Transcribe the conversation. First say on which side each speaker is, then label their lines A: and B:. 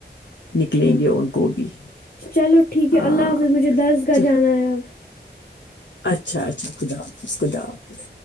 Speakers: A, on the left; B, on the left.
A: نکلیں
B: اچھا
A: گے ان کو بھی
B: چلو ٹھیک ہے
A: ہاں
B: اللہ حافظ مجھے درس کااہ
A: اچھا
B: جانا ہے اب
A: اچھا اچھا خدا حافظ خدا حافظ